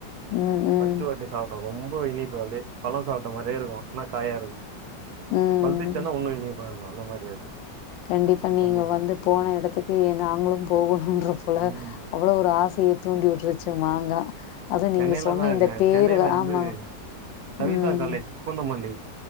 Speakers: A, on the left; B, on the right.
A: ம் ம்
B: ஃபஸ்ட்டு வாட்டி சாப்டோ ரொம் போய் நீ <unintelligible> அப்டே பழோ சாப்ட்ட மாரியேருக்கு ஆனா காயாருக்கு
A: ம்
B: <unintelligible> <unintelligible> அந்த மாரி அது
A: கண்டிப்பா நீங்க
B: ரொம்ப
A: வந்து போன எடத்துக்கு எ நாங்களு போகணுன்ற அப் போல
B: ம்
A: அவ்வளவு ஒரு ஆச <unintelligible> தூண்டி வுட்ருச்சு மாங்கா அது
B: சென்னையில
A: நீங்க சொன்ன
B: தா இருந்த
A: இந்த பேரு
B: சென்னையில வந்து
A: ஆமா
B: சவிதா
A: ம்
B: காலேஜ் பூந்த மல்லி